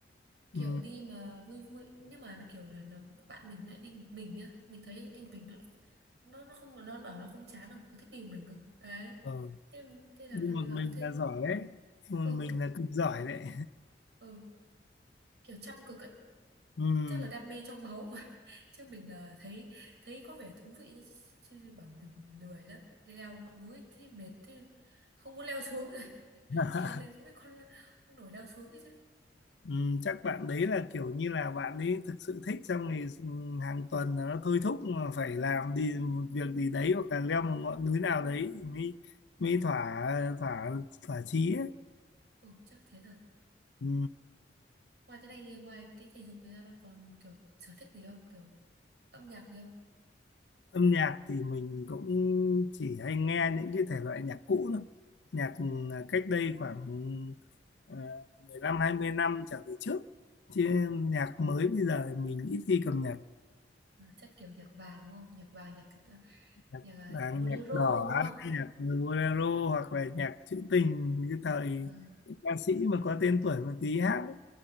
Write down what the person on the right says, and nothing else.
kiểu
đi mà vui vui nhưng mà kiểu là nó, bạn mình lại đi một mình nhá mình thấy đi một mình nó lại- nó nó không nó bảo nó không chán đâu nó thích đi một mình cơ đấy
thế, thế là
mình bảo
thế
ừ
ừ kiểu chăm cực ấy.
chắc là đam mê trong máu rồi <laughs> chứ mình là thấy thấy có vẻ thú vị chứ chứ bảo mình lười lắm đi leo ngọn núi thì mệt thế không muốn leo xuống rồi
<laughs> leo lên không biết con con nổi leo xuống ấy chứ
ừ chắc thế rồi
ngoài cái này thì ngoài cái thể dục này ra bạn còn kiểu sở thích gì không kiểu âm nhạc gì không
Ờ, chắc kiểu nhạc vàng đúng không? Nhạc vàng, nhạc nhạc,
nhạc, ờ,
nhạc bolero
đúng
không?
Ờ,